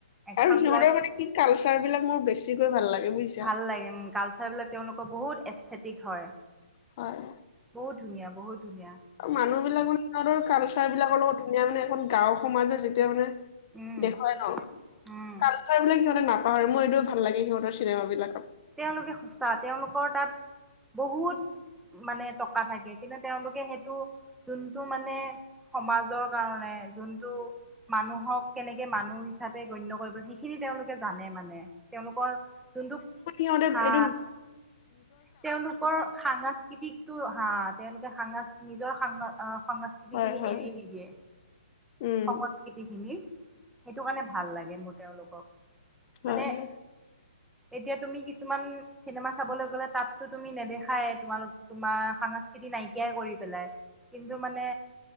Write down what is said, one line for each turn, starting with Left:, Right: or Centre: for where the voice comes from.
Centre: একচন
Left: আৰু সিহঁতৰ
Centre: বিলাক
Left: মানে কি কালচ চাৰবিলাক মোৰ বেছিকৈ ভাল লাগে। বুজিছা
Centre: ভাল লাগে উ কালচাৰ বিলাক তেওঁলোকৰ বহুত এচেথেটিক হয়।
Left: হয়।
Centre: বহুত ধুনীয়া বহুত ধুনীয়া
Left: মানুহ বিলাক মানে সিহঁতৰ কালচাৰ বিলাকৰ লগত ধুনীয়া মানে এখন গাঁওৰ সমাজৰ যেতিয়া মানে
Centre: উম
Left: দেখুৱাই ন
Centre: উম
Left: কালচাৰ বিলাক সিহঁতে না আৰু মোৰ এইটোও ভাল লাগে সিহঁতৰ চিনেমাবিলাকত।
Centre: তেওঁলোকে সঁচা, তেওঁলোকৰ তাত বহুত মানে টকা থাকে কিন্তু তেওঁলোকে সেইটো যোনটো মানে সমাজৰ কাৰণে যোনটো মানুহক কেনেকে মানুহ হিচাপে গণ্য কৰিব সেইখিনি তেওঁলোকে জানে মানে তেওঁলোকৰ যোনটো
Left: তলেপ
Centre: হা
Left: এডোম।
Centre: তেওঁলোকৰ সাংস্কৃতিকটো হা তেওঁলোকে সাংস্কৃতি নিজৰ সাং আহ সংস্কৃতি
Left: হয়
Centre: খিনি
Left: হয়
Centre: এৰি নিদিয়ে,
Left: উম
Centre: সংস্কৃতি খিনি সেইটো কাৰণে ভাল লাগে মোৰ তেওঁলোকক।
Left: হয়
Centre: মানে
Left: হয়
Centre: এতিয়া তুমি কিছুমান চিনেমা চাবলৈ গ'লে তাত টো তুমি নেদেখা। খাই তোমালোক তোমাৰ সাংস্কৃতি নাইকিয়াই কৰি পেলাই, কিন্তু মানে